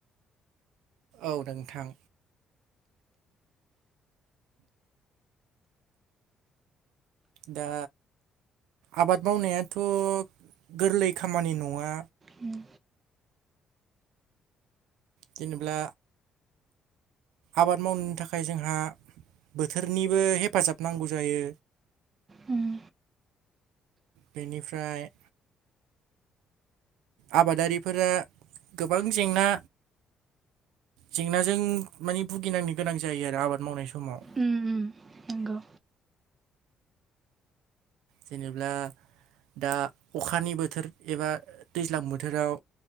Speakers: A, on the right; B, on the right.
A: औ नोंथां। दा आबाद मावनायाथ' गोरलै खामानि नङा।
B: होम।
A: जेनेब्ला आबाद मावनो थाखाय जोंहा बोथोरनिबो हेफाजाब नांगौ जायो।
B: होम।
A: बेनिफ्राय आबादारिफोरा गोबां जेंना जेंनाजों माने भुगिनांनो गोनां जायो आरो आबाद मावनाय समाव।
B: उम नंगौ।
A: जेनेब्ला दा अखानि बोथोर एबा दैज्लां बोथोराव